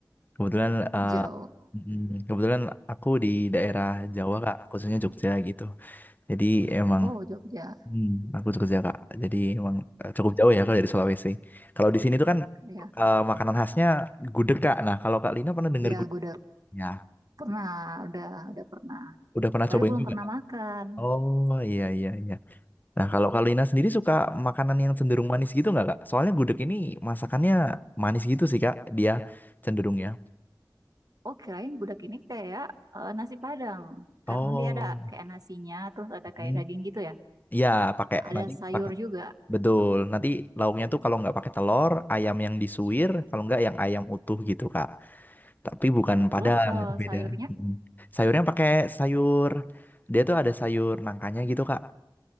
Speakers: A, on the left; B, on the right.
A: Kebetulan eh,
B: jauh.
A: mm, kebetulan aku di daerah Jawa Kak, khususnya Jogja gitu. Jadi emang
B: Oh, Jogja.
A: Hmm, aku Jogja kak, jadi emang eh, cukup jauh ya kalau dari Sulawesi. Kalau di sini tuh kan
B: Ya,
A: eh, makanan khasnya gudeg kak. Nah kalau kak Lina pernah dengar
B: ya
A: gudeg?
B: gue udah
A: Ya,
B: pernah, udah udah pernah.
A: udah pernah
B: Tapi
A: cobain
B: belum
A: juga.
B: pernah
A: Kak?
B: makan.
A: Oh iya iya iya. Nah kalau kak Lina sendiri suka makanan yang cenderung manis gitu nggak kak? Soalnya gudeg ini masakannya manis gitu sih kak, dia cenderungnya.
B: Oh, kirain gudeg ini kayak eh, nasi Padang.
A: Oh,
B: Karena dia ada kayak nasinya, terus ada
A: Hmm.
B: kayak daging gitu ya.
A: Iya pakai
B: Ada
A: nanti
B: sayur
A: pakai
B: juga.
A: betul. Nanti lauknya tuh kalau nggak pakai telur, ayam yang disuir, kalau nggak yang ayam utuh gitu kak. tapi bukan
B: Nah,
A: Padang
B: telur kalau
A: itu beda.
B: sayurnya
A: Mm. Sayurnya pakai sayur dia tuh ada sayur nangkanya gitu Kak.